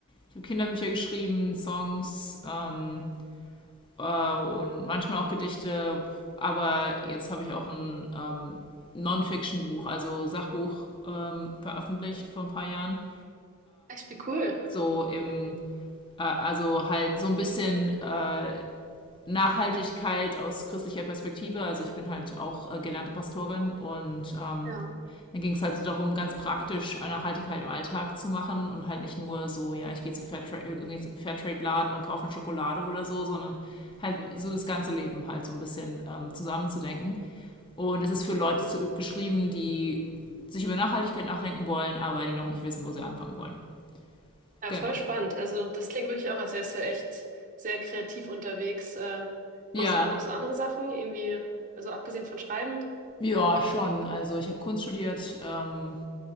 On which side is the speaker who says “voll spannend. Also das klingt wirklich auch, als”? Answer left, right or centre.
Right